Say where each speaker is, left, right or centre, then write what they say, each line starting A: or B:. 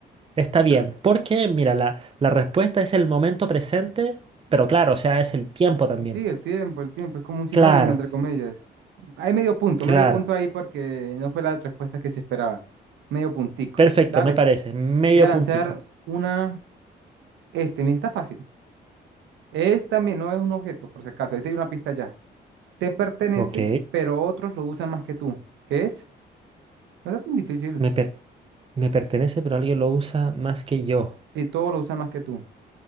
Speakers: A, on the right; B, on the right.
A: Está bien,
B: Pero,
A: porque mira, la, la respuesta es el momento presente, pero claro, o sea, es el tiempo
B: eh,
A: también.
B: sí, el tiempo, el tiempo, es como un sinónimo,
A: Claro,
B: entre comillas. Hay medio punto,
A: claro.
B: medio punto ahí porque no fue la respuesta que se esperaba. Medio puntico.
A: Perfecto,
B: Dale,
A: me parece. Medio
B: te voy a lanzar
A: puntico.
B: una, este, mira, está fácil. Es también, no es un objeto, por si acaso, ahí te doy una pista ya. Te pertenece,
A: Ok,
B: pero otros lo usan más que tú. ¿Qué es? No está tan difícil.
A: me, per- me pertenece, pero alguien lo usa más que yo.
B: Si todos lo usan más que tú.